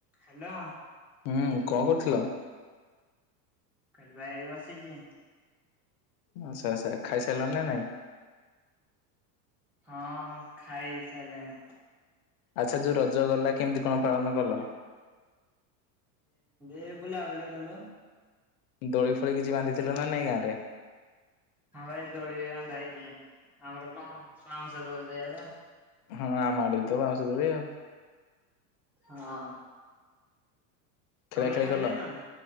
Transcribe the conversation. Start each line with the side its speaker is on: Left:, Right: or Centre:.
Centre: Hello.
Left: ହୁଁ କଣ କରୁଥିଲ?
Centre: କାଲି ବାଇଡ଼ି ବସିଚି
Left: ଆଛା ଆଛା ଖାଇସାରିଲା ନା ନାଇଁ?
Centre: ହଁ ଖାଇ ସାରିଲାଣି।
Left: ଆଚ୍ଛା ଯୋଉ ରଜ ଗଲା କେମିତି କଣ ପାଳନ କଲ?
Centre: ଏ ବୁଲା ବଲେ କଲୁ।
Left: ଦୋଳି ଫଳି କିଛି ବାନ୍ଧିଥିଲା ନା ନାଇଁ ଗାଁରେ?
Centre: ହଁ ଭାଇ ଦୋଳି ବନ୍ଧା ହେଇଚି। ଆମର ବା ବାଉଁଶଦ ସେଆଡ଼ିଆ
Left: ହଁ ଆ ମାଡ଼େ ତ ବାଉଁସ ଦୋଳି ଆଉ
Centre: ହଁ।
Left: ଖେଳା
Centre: ତମେ
Left: ଖେଳି
Centre: ଖାଇସଲଣି?
Left: କଲ?